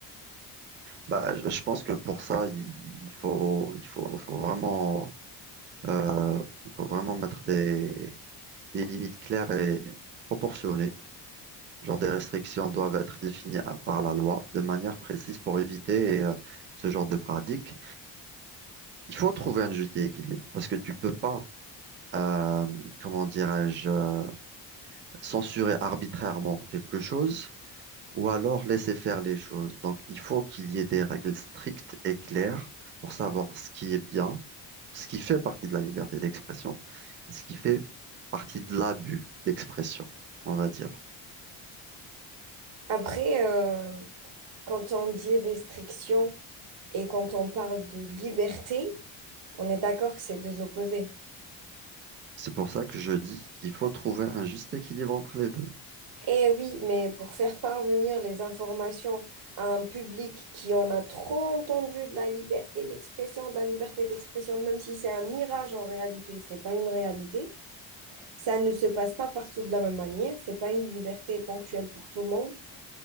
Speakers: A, on the right (about 25°); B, on the right (about 70°).
A: Bah, je, je pense que pour ça, il, il faut, il faut, faut vraiment, euh, il faut vraiment mettre des, des limites claires et proportionnées. Genre des restrictions doivent être définies à- par la loi de manière précise pour éviter euh, ce genre de pratique. Il faut trouver un juste équilibre parce que tu peux pas, euh, comment dirais-je, euh, censurer arbitrairement quelque chose ou alors laisser faire les choses. Donc il faut qu'il y ait des règles strictes et claires pour savoir ce qui est bien, ce qui fait partie de la liberté d'expression et ce qui fait partie de l'abus d'expression, on va dire.
B: après, euh, quand on dit restriction, Et quand on parle de liberté, on est d'accord que c'est deux opposés.
A: C'est pour ça que je dis qu'il faut trouver un juste équilibre entre les deux.
B: Eh oui, mais pour faire parvenir les informations à un public qui en a trop entendu de la liberté d'expression, de la liberté d'expression, même si c'est un mirage en réalité, c'est pas une réalité, ça ne se passe pas partout de la même manière, c'est pas une liberté ponctuelle pour tout le monde,